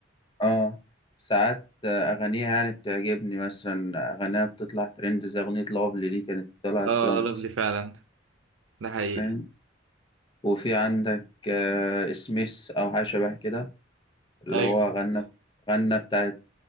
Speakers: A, on the left (about 25°); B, on the right (about 90°).
A: آه ساعات آه، أغانيها يعني بتعجبني مثلا أغانيها بتطلع ترند زي أغنية لافلي دي كانت طلعت
B: اه
A: كده ومكسرة
B: لوفلي فعلا ده حقيقي
A: فاهم وفي عندك آه، سميث أو حاجة شبه كده اللي
B: ايوه
A: هو غنى غنى بتاعت